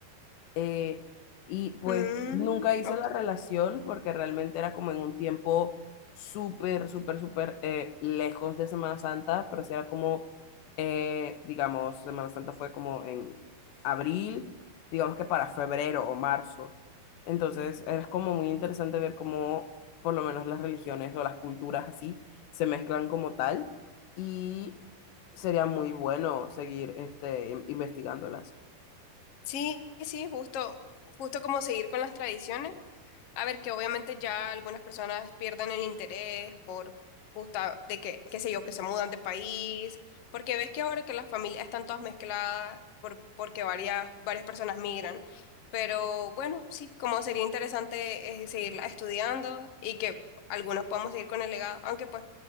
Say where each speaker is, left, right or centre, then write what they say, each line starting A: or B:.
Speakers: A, on the left; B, on the left.
A: Eh, y pues
B: Mm,
A: nunca hice
B: ok.
A: la relación porque realmente era como en un tiempo súper, súper, súper eh, lejos de Semana Santa, pero sí era como, eh, digamos, Semana Santa fue como en abril, digamos que para febrero o marzo. Entonces es como muy interesante ver cómo por lo menos las religiones o las culturas así se mezclan como tal y sería muy bueno seguir este, in- investigándolas.
B: Sí, sí, justo, justo como seguir con las tradiciones. A ver, que obviamente ya algunas personas pierden el interés por justa de que, qué sé yo, que se mudan de país, porque ves que ahora que las familias están todas mezcladas por, porque varias, varias personas migran. Pero bueno, sí, como sería interesante eh, seguirla estudiando y que algunos podamos seguir con el legado, aunque pues